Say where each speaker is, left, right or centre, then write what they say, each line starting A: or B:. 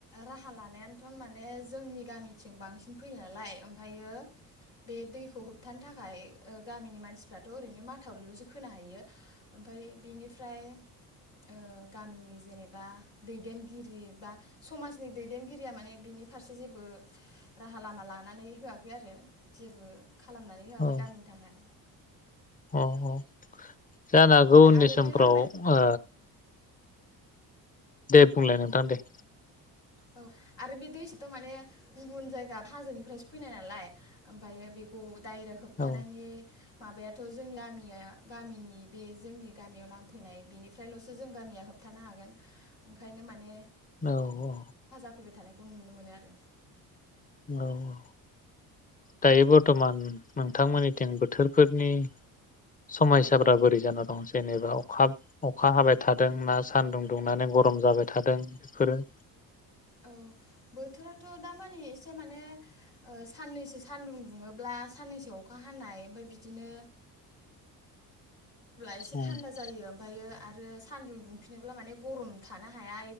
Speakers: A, on the left; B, on the left.
A: राहा लानायानोथ माने जोंनि गामिथिं बांसिन फैयो नालाय ओमफ्रायो बे दैखौ होबथानो थाखाय ओ गामिनि मानसिफ्राथ ओरैनो माथावरिलसो खोनो हायो ओमफ्राय बेनिफ्राय ओ गामिनि जेनेबा दैदेनगिरि गिरि बा समाजनि दैदेनगिरिया माने बिनि फारसे जेबो राहा लामा लानानै होआखै आरो जेबो खालामनानै होआखै
B: औ
A: गामिनि थाखाय
B: औ औ जानो हागौ
A: ओमफ्राय
B: उननि
A: आरो
B: समफ्राव
A: बे लामा
B: ओ दे बुंलाय नोंथां दे
A: औ आरो बे दैसायाथ माने गुबुन जायगा हाजोनिफ्रायसो फैनाय नालाय ओमफ्रायो बेखौ डाइरेक्ट होबथानायनि
B: औ
A: माबायाथ जोंनि गामिया गामिनि बे जोंनि गामियाव नांफैनाय बेनिफ्रायलसो जों गामिया होबथानो हागोन ओंखायनो माने
B: औ औ
A: फैबाय थानायखौ नुनो मोनो आरो
B: औ औ दायो बर्थमान नोंथांमोननिथिं बोथोरफोरनि समयसाफोरा बोरै जाना दं जेनेबा अखा अखा हाबाय थादों ना सानदुं दुंनानै गरम जाबाय थादों बेफोरो
A: औ बोथोराथ दामानि एसे माने ओ साननैसो सानदुं दुङोब्ला साननैसो अखा हानाय ओमफ्राय बिदिनो अब्ला एसे
B: औ
A: थान्दा जायो ओमफ्रायो आरो सान्दुं दुंफिनोब्ला माने गरम थानो हाया